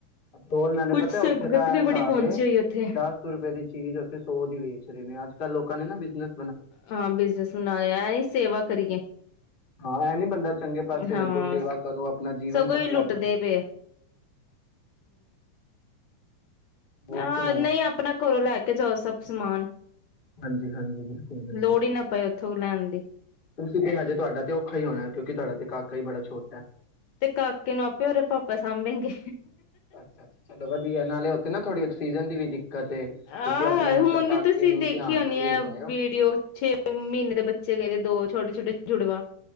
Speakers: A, on the left; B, on the left.
A: ਪੈਟਰੋਲ ਨਾਲੇ
B: ਕੁਛ
A: ਪਤਾ
B: ਸੰਗਤ
A: ਉੱਥੇ ਤਾਂ ਇਹ
B: ਵੀ
A: ਹਿਸਾਬ
B: ਬੜੀ ਪਹੁੰਚੀ
A: ਏ
B: ਹੋਈ ਉੱਥੇ
A: ਦਸ ਰੁਪਏ ਦੀ ਚੀਜ਼ ਉੱਥੇ ਸੌ ਦੀ ਵੇਚ ਰਹੇ ਨੇ ਅੱਜ ਕੱਲ੍ਹ ਲੋਕ ਲੋਕਾਂ ਨੇ ਨਾ ਬਿਜ਼ਨਸ
B: ਹਾਂ ਬਿਜਨਸ ਬਣਾ ਲਿਆ ਐ ਨੀ ਸੇਵਾ ਕਰੀਏ।
A: ਹਾਂ ਇਹ ਨੀ ਬੰਦਾ ਚੰਗੇ ਪਾਸੇ
B: ਹਾਂ
A: ਲੱਗੋ ਸੇਵਾ ਕਰੋ ਆਪਣਾ ਜੀਵਨ
B: ਸਗੋਂ
A: ਸਫਲਾ
B: ਹੀ ਲੁੱਟਦੇ
A: ਕਰੋ।
B: ਪਏ
A: ਹੋਰ
B: ਹ
A: ਸੁਣਾਓ
B: ਨਹੀਂ ਆਪਣਾ ਘਰੋਂ ਲੈ ਕੇ ਜਾਓ ਸਭ ਸਮਾਨ।
A: ਹਾਂਜੀ ਹਾਂਜੀ ਬਿਲਕੁਲ ਬਿਲਕੁਲ
B: ਲੋੜ ਹੀ ਨਾ ਪਏ ਉੱਥੋਂ ਲੈਣ ਦੀ।
A: ਤੁਸੀਂ ਤੇ ਹਜੇ ਤੁਹਾਡਾ ਤੇ ਔਖਾ ਹੀ ਹੋਣਾ ਕਿਉਂਕਿ ਤੁਹਾਡਾ ਤੇ ਕਾਕਾ ਹੀ ਬੜਾ ਛੋਟਾ।
B: ਤੇ ਕਾਕੇ ਨੂੰ ਆਪੇ ਓਰੇ ਪਾਪਾ ਸਾਂਭੇਗੇ।
A: ਅੱਛਾ ਅੱਛਾ ਚਲੋ ਵਧੀਆ ਨਾਲੇ ਉੱਥੇ ਨਾ ਥੋੜ੍ਹੀ ਆਕਸੀਜਨ ਦੀ ਵੀ ਦਿੱਕਤ ਏ ਤੁਸੀਂ
B: ਆਹ
A: ਆਪਣੇ ਮਤਲਬ
B: ਹੁਣ
A: ਕਾਕੇ
B: ਤੁਸੀਂ
A: ਨੂੰ
B: ਦੇਖੀ
A: ਧਿਆਨ
B: ਹੋਣੀ
A: ਨਾਲ ਹੀ
B: ਆ
A: ਲਿਜਾਇਓ।
B: ਵੀਡੀਓ, ਛੇ ਮਹੀਨੇ ਦੇ ਬੱਚੇ ਲੈ ਗਏ ਦੋ। ਛੋਟ-ਛੋਟੇ ਜੁੜਵਾ।